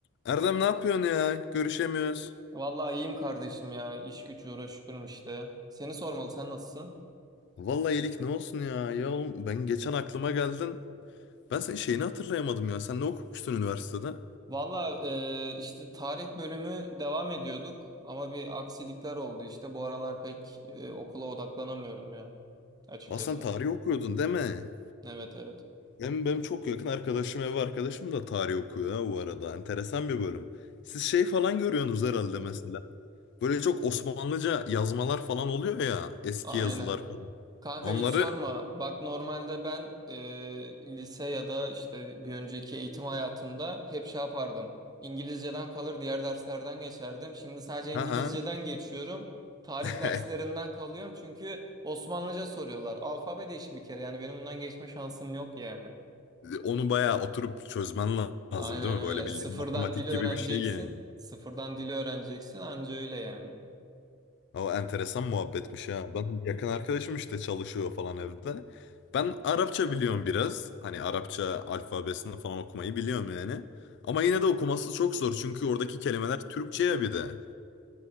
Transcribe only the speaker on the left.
Erdem ne yapıyorsun ya? Görüşemiyoruz.
Vallahi iyilik ne olsun ya? Ya oğlum ben geçen aklıma geldin. Ben senin şeyini hatırlayamadım ya. Sen ne okumuştun üniversitede?
Aa sen tarih okuyordun değil mi?
Hem benim çok yakın arkadaşım, ev arkadaşım da tarih okuyor ha bu arada. Enteresan bir bölüm. Siz şey falan görüyorsunuz herhalde mesela. Böyle çok Osmanlıca yazmalar falan oluyor ya. Eski
yazılar falan.
Onları
ha ha.
<laughs>
Onu bayağı oturup çözmen lazım
değil mi?
Böyle bildiğin
matematik
gibi
bir şey yani.
O enteresan muhabbetmiş ya. Ben yakın arkadaşım işte çalışıyor falan evde. Ben Arapça biliyorum biraz. Hani Arapça alfabesini falan okumayı biliyorum yani. Ama yine de okuması çok zor. Çünkü oradaki kelimeler Türkçe'ye bir de.